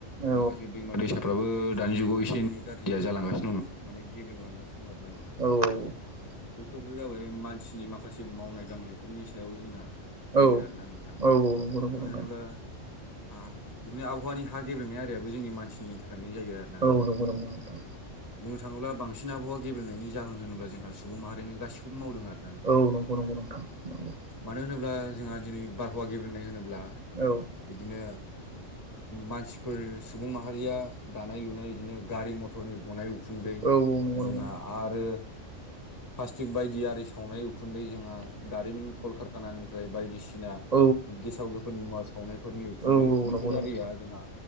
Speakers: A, on the right (about 45°); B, on the left (about 20°).
A: औ
B: माखासे दैमा दैसाफ्राबो दानि जुगाव एसे एनै गाज्रिया जालांगासिनो दं नोंथां। माने गेब्रेंलांगासिनो दं आरोना नों
A: औ औ औ
B: औ बैफोरनो जाबाय मानसिनि माखासे मावनाय दांनायफोरनि सायाव जोंहा जायो
A: औ
B: आरोना नोंथां।
A: औ नंगौ नंगौ
B: मानो
A: नोंथां
B: होनोब्ला हा बिदिनो आबहावानि हा गेब्रेंनाय आरियाबो जोंनि मानसिनि थाखायनो जायो आरो ना
A: औ
B: नोंथां।
A: नंगौ नंगौ नोंथां
B: बुंनो थाङोब्ला बांसिन आबहावा गेब्रेंनायनि जाहोन होनोब्ला जोंहा सुबुं माहारियानो गासिखौबो मावदों आर
A: औ नंगौ नंगौ नोंथां नंगौ।
B: मानो होनोब्ला जोंहा दिनै बारहावा गेब्रेंनाय होनोब्ला।
A: औ
B: बिदिनो मानसिफोरस सुबुं माहारिया दानाय लुनाय इदिनो गारि मथरनि गनाय उखुन्दै
A: औ औ नंगौ
B: जोंहा
A: नंगौ
B: आरो प्लास्टिक बायदि आरि सावनाय उखुन्दै जोंहा दारिमिन कल कारखानानिफ्राय बायदिसिना
A: औ
B: गेसाव गोफोन मुवा सावनायफोरनि उखुन्दै
A: औ नंगौ
B: बेफोर
A: नंगौ
B: आरिया जोंहा